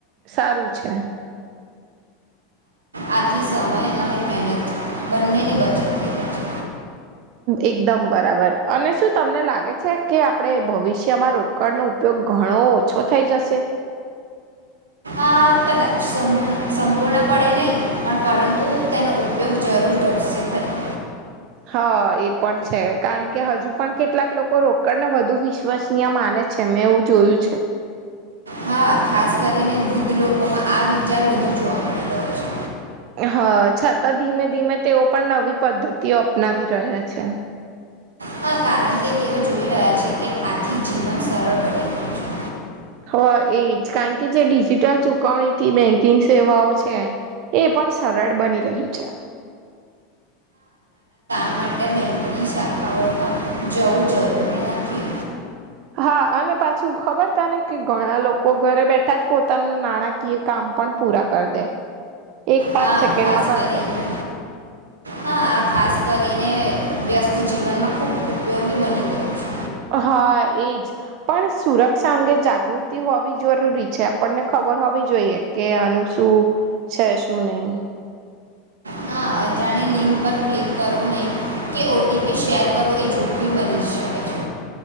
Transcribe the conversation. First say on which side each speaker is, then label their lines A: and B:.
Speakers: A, on the right; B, on the right.
A: સારું છે.
B: આથી સમય અને મહેનત બંનેની બચત થઈ જાય છે.
A: એકદમ બરાબર અને શું તમને લાગે છે કે આપણેે ભવિષ્યમાં રોકડનો ઉપયોગ ઘણો ઓછો થઇ જશે
B: આ કદાચ સમૂળ સંપૂર્ણ પડે નહી પણ પરંતુ તેનો ઉપયોગ જરૂર કરશે ખરી
A: હા એ પણ છે કારણ કે હજુ પણ કેટલાક લોકો રોકડને વધુ વિશ્વસનીય માને છે મેં એવું જોયું છે.
B: હા ખાસ કરીને વુદ્ધ લોકોમાં આ વિચાર વધુ જોવા મળી રહ્યો છે.
A: હા છતાં ધીમે ધીમે તેઓ પણ નવી પદ્ધતિઓ અપનાવી રહ્યા છે.
B: હા કારણ કે તેઓ જોઈ રહ્યા છે કે આથી જીવન સરળ બની ગયું છે.
A: હ એ જ કારણ કે જે ડિજિટલ ચુકવણીથી બેન્કિંગ સેવાઓ છે એ પણ સરળ બની રહી છે.
B: આ માટે બેંકની શાખાઓમાં જવું જરૂરી નથી.
A: હા અને પાછું ખબર તને કે ઘણા લોકો ઘરે બેઠા જ પોતાના નાણાકીય કામ પણ પૂરા કરી દે એક પાંચ
B: હા
A: સેકન્ડમાં
B: ખાસ
A: કરી
B: કરીને
A: દે
B: હા આ ખાસ કરીને વ્યસ્ત જીવનમાં ખૂબ ઉપયોગી બની ગયુ છે.
A: હા એજ પણ સુરક્ષા અંગે જાગૃતિ હોવી જરૂરી છે આપણને ખબર હોવી જોઈએ કે આનું શું છે શું નય
B: હા અજાણી લિંક પર ક્લિક કરવું નહીં કે ઓટીપી શેર કરો એ જોખિમ બની શકે છે.